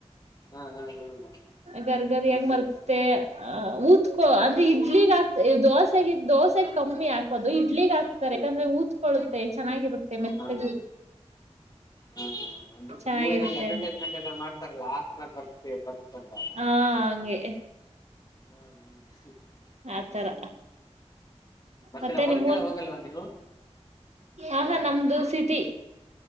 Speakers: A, on the left (about 35°); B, on the right (about 75°).
A: ಹಾ, ಹಾ ಹೇಳುದ <unintelligible>
B: ಗರ್ಗರಿಯ ಮರ್ತ್ತೆ <unintelligible> ಹಾ, ಉತ್ಕೊ ಅಂದ್ರೆ ಇಡ್ಲಿಗ ಆಗ್ತ ದೋಸೆಗ ದೋಸೆಗ್ ಕಮ್ಮಿ ಹಾಕೋದು ಇಡ್ಲಿಗ ಆಕ್ ಯಾಕಂದ್ರೆ ಉದತ್ಕೊಳ್ಳುತ್ತೆ ಚೆನ್ನಾಗಿರುತ್ತೆ ಮೆತ್ತಗೆ
A: ಹಾ ಹಾ ಹ ಒಂದ್ ರೀತಿೂವಿನಲ್ಲಿ
B: ಚೆನ್ನಾಗಿರುತ್ತೆ
A: ಅಡ <unintelligible>
B: ಅಂತ
A: ಲ್ಲ ಮಾಡ್ತಾರಲ್ಲ ಆತರ ಬರ್ತೆ ಬರ್ತಲ್ಲ. -
B: ಹಾ, ಹಂಗೆ
A: ಹ್ಮ್ ಹ್ಮ <inaudible>
B: ಆತರ
A: ಮತ್ತೆಲ್ಲ
B: ಮತ್ತೆ
A: ಹೊಲಕ್ಕೆಲ್ಲ
B: ನಿಮ್ಮೂರ್
A: ಹೋಗಲ್ವಾ ನೀವು
B: ಆಹಾ, ನಮ್ದು ಸಿಟಿ